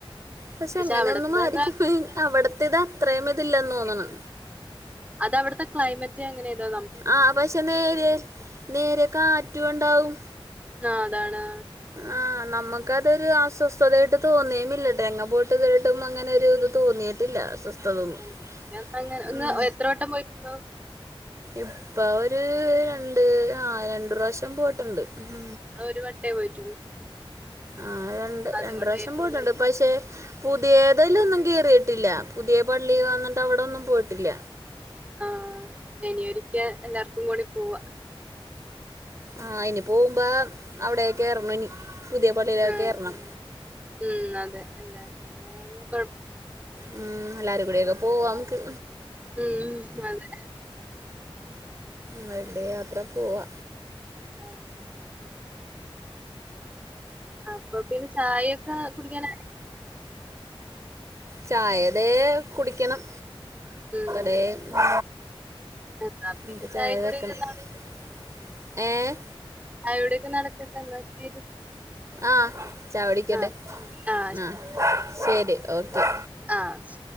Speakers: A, on the right; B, on the right.
A: പക്ഷേ
B: പക്ഷെ
A: എങ്ങനെയൊന്നും
B: അവിടത്തെതാ
A: ആരിക്കും ഹി അവിടത്തേത് അത്രയും ഇതില്ലെന്നോന്നണ്‌.
B: അതവിടുത്തെ ക്ലൈമറ്റ് റ്റ അങ്ങനേയതാ
A: ആഹ് പക്ഷേ നേര്യേ നേര്യേ കാറ്റുണ്ടാവും
B: ആഹ് അതാണ്
A: ആഹ് നമ്മുക്കതൊരു അസ്വസ്ഥതായിട്ട് തോന്നിയുംമില്ലട്ടോ.
B: ഉം
A: എങ്ങാ പോ ട്ട് ഇതുവരെയായിട്ടും അങ്ങനെ ഒരു ഇത് തോന്നിയിട്ടില്ല. ഒന്നും
B: <unintelligible> ഞാൻ ഇപ്പങ്ങനെ
A: ഉം
B: ഇങ്ങ് ഏഹ് എത്ര വട്ടം പോയിട്ടുണ്ടാവും?
A: ഇപ്പ ഒര് രണ്ട്. ആഹ് രണ്ട് പ്രാവശ്യം പോയിട്ടുണ്ട്. ഉം
B: മ്മള് ഒരു വട്ടേ പോയിട്ടുള്ളൂ
A: ആഹ് രണ്ട്
B: അതോണ്ടായിരിക്കും
A: രണ്ട് പ്രാവശ്യം പോയിട്ടുണ്ട്
B: ചെലപ്പോ
A: പക്ഷേ പുതിയതലൊന്നും കേറിയിട്ടില്ല. പുതിയ പള്ളി വന്നിട്ട് അവിടൊന്നും പോയിട്ടില്ല.
B: ആഹ് എനി ഒരിക്ക എല്ലാർക്കും കൂടി പോവാ
A: ആഹ് ഇനി പൂവുമ്പോ അവിടെ കേറണം ഇനി. പുതിയ പള്ളിയിലൊക്കെ
B: ആ
A: കേറണം.
B: ഉം. അതെ. എല്ലാർക്കും <inaudible>
A: ഉം. എല്ലാരും കൂടിയൊക്കെ പൂവാം നമുക്ക്
B: ഉം അതെ
A: വടെ യാത്ര പൂവാ
B: അതെ അപ്പ പിന്നെ ചായയൊക്കെ കുടിക്കാനായി
A: ചായ ദേ കുടിക്കണം.
B: ഉം
A: ദേ ഉം.
B: എന്നാ പിന്നെ
A: ഞ്ഞിപ്പോ ചായ
B: ചായക്കുടിയൊക്കെ
A: വെക്കണം.
B: നട
A: <unintelligible> ഏഹ്?
B: ചായകുടിയൊക്കെ നടക്കട്ടെ എന്നാ ശരി.
A: ആഹ് ചായുടിക്കട്ടെ.
B: ആ ആ
A: ആഹ്. അഹ് ശരി ഓക്കെ.
B: ആഹ് ശ